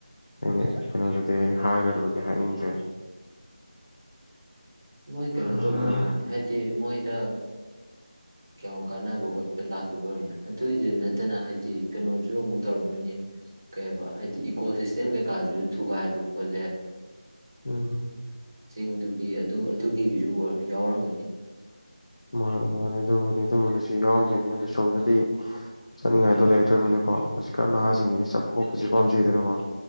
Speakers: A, on the left; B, on the right.
A: ꯑꯩꯅ ꯀꯩꯅꯣꯗꯨꯗꯤ ꯑꯩ ꯍꯥꯏꯔꯨꯔꯒꯦ ꯍꯥꯏꯅꯤꯡꯗ꯭ꯔꯦ
B: ꯃꯣꯏ ꯀꯩꯅꯣ
A: ꯎ
B: ꯇꯧꯕ ꯑꯣꯏꯔꯝꯒꯅꯤ ꯍꯥꯏꯗꯤ ꯃꯣꯏꯗ ꯀꯌꯥꯝ ꯀꯥꯟꯅꯕ ꯈꯣꯠꯄ ꯂꯥꯛꯇꯕ ꯑꯣꯏꯅ ꯑꯗꯨꯏꯗꯨ ꯅꯠꯇꯅ ꯍꯥꯏꯗꯤ ꯀꯩꯅꯣꯁꯨ ꯑꯃꯨꯛ ꯇꯧꯔꯝꯒꯅꯤ ꯀꯩ ꯍꯥꯏꯕ ꯍꯥꯏꯗꯤ ꯏꯀꯣ ꯁꯤꯁꯇꯦꯝ ꯀꯩꯀꯥꯁꯨ ꯊꯨꯒꯥꯏꯕ ꯈꯣꯠꯂꯦ
A: ꯎꯝ
B: ꯆꯤꯡꯗꯨꯒꯤ ꯑꯗꯨ ꯑꯗꯨꯒꯤꯒꯤꯁꯨ ꯑꯣꯏ ꯌꯥꯎꯔꯝꯒꯅꯤ
A: ꯃꯥꯅꯤ ꯃꯥꯅꯦ ꯑꯗꯨꯕꯨꯗꯤ ꯑꯗꯨꯝꯕꯗꯨꯁꯨ ꯌꯥꯎꯗꯣꯏꯅꯤ ꯑꯗꯨꯁꯨ ꯁꯣꯝꯗꯗꯤ ꯆꯠꯅꯤꯡꯉꯥꯏꯗꯣ ꯂꯩꯔꯛꯇ꯭ꯔꯕꯅꯤꯅꯀꯣ ꯍꯧꯖꯤꯛꯀꯥꯟ ꯅꯍꯥꯁꯤꯡꯒꯤꯁꯤꯗꯤ ꯆꯠꯄ ꯈꯣꯠꯄꯁꯤ ꯄꯥꯝꯖꯩꯗꯅꯀꯣ